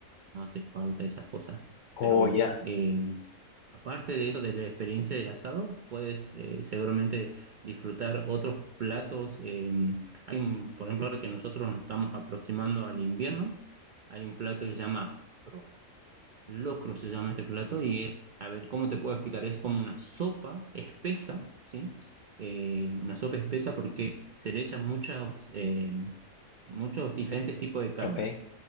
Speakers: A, on the right; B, on the left.
A: no hace falta esas cosas.
B: Oh,
A: Pero
B: ya,
A: em, aparte de eso, de la experiencia del asado, puedes eh, seguramente disfrutar otros platos. em, hay un- por ejemplo, ahora que nosotros nos estamos aproximando al invierno, hay un plato que se llama locro. Locro se llama este plato y es, a ver, ¿cómo te puedo explicar? Es como una sopa espesa, ¿sí? Eh, una sopa espesa porque se le echan muchas, em, muchos diferentes tipos de carne
B: Ok,